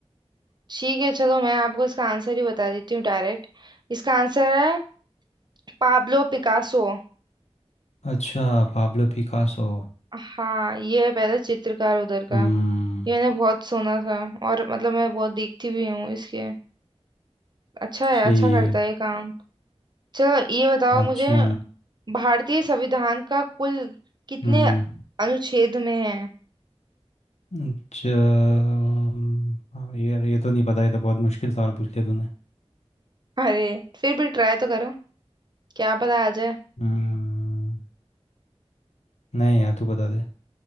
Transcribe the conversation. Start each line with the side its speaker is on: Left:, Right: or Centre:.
Right: ठीक है चलो मैं आपको इसका आंसर ही बता देती हूँ डायरेक्ट इसका आंसर है पाब्लो पिकासो
Left: अच्छा पाब्लो पिकासो
Right: हाँ ये पहले चित्रकार उधर का
Left: हम्म
Right: ये मैंने बहुत सुना था और मतलब मैं बहुत देखती भी हूँ इसके अच्छा है
Left: ठीक
Right: अच्छा करता
Left: है
Right: है ये काम चलो ये बताओ मुझे
Left: अच्छा
Right: भारतीय संविधान का कुल कितने
Left: हम्म
Right: अनुच्छेद में है
Left: अच्छा हाँ, यार ये तो नहीं पता ये तो बहुत मुश्किल सवाल पूछ लिया तूने
Right: अरे फिर भी ट्राई तो करो क्या पता आ जाए
Left: हम्म नहीं यार तू बता दे